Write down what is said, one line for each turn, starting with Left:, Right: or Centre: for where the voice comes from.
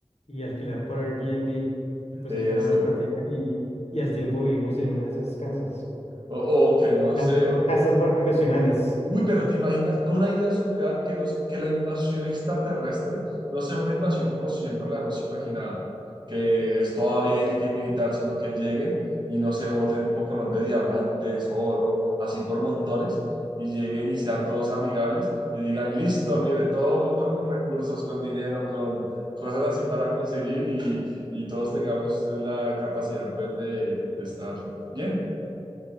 Left: y alquilar por Airbnb. Y pues
Right: eso.
Left: ahí ganamos platica y, y al tiempo vivimos en una de esas casas,
Right: O, o que no
Left: cas-
Right: sé, o,
Left: casas vacacionales.
Right: Uy, pero ¿te imaginas una idea surreal que, los, que la invasión extraterrestre no sea una invasión como siempre la hemos imaginado, que es toda bélica y militar, sino que lleguen y no se boten un poconón de diamantes, oro, así por montones, y lleguen y sean todos amigables y digan, listo, mire, todo el mundo con recursos, con dinero, con cosas así para conseguir y, y todos tengamos la capacidad pues de, de estar bien,